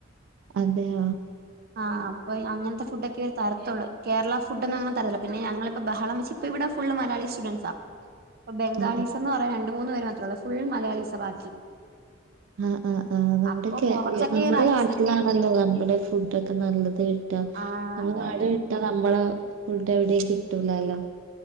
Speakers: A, on the right (about 85°); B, on the right (about 50°).
A: അതെയ
B: ആഹ് അൊ അങ്ങത്തെ ഫുഡൊക്കെ അവ തരത്തുള്ളൂ കേരള ഫുഡ്ന്ന അങ്ങനെ തരല്ല പിന്നെ ഞങ്ങിപ്പപ്പോ ബഹളം വെച്ച് ഇപ്പ ഇവിടെ ഫുൾ മലയാളി സ്റ്റുഡൻറ്സ അപ്പൊ ബംഗാീസ്
A: ആ
B: എ പറയാ രണ്ട മൂന്ന പേര് മാത്രമുള്ളൂ ഫുൾ മലയാളി സബാ
A: ആ് ആ് ആ നമ്മുടെ
B: അപ്പൊ കൊറച്ചൊക്കെ
A: നമ്മുടെ
B: ഈ റൈസൊക്കെ
A: നാട്ടിലാണല്ലോ നമ്മുടെ ഫുൊക്കെ നല്ലത് കിട്ട
B: ആഹ്
A: നമ്മ
B: അതെ അതെ
A: ന നമ്മള ഫൾട്ട് എവിടെ കിട്ടൂലല്ലോ